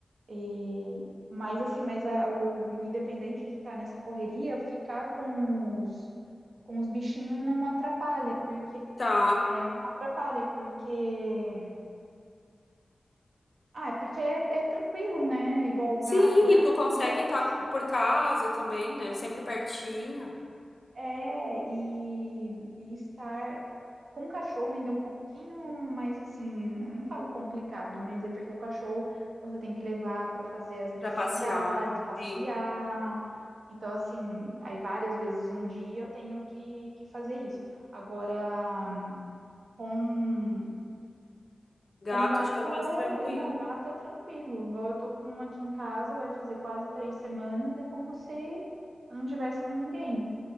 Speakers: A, on the right; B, on the left.
A: E, mas assim, mas a- o independente de estar nessa correria, ficar com os, com os bichinhos não atrapalha, porque
B: Tá.
A: é, não atrapalha, porque ah, é porque é, é tranquilo, né? Igual
B: Sim,
A: o ga- o gato,
B: e tu consegue
A: ainda não
B: estar
A: precisa
B: por casa também, né? Sempre pertinho
A: É, e, e estar com o cachorro ainda é um pouquinho mais assim, eu não falo complicado, mas é porque o cachorro você tem que levar para fazer as necessidades,
B: pra passear.
A: passear.
B: Sim.
A: Então, assim, aí várias vezes no dia eu tenho que, que fazer isso. Agora, com,
B: Gato
A: com gato
B: já é mais
A: é.
B: tranquilo.
A: Não, gato é tranquilo. Igual eu tô com um aqui em casa, vai fazer quase três semanas, é como se eu não tivesse com ninguém.